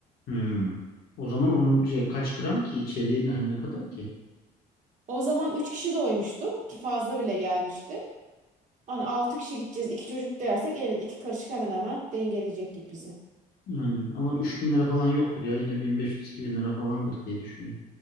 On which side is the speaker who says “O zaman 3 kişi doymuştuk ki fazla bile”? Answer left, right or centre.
Right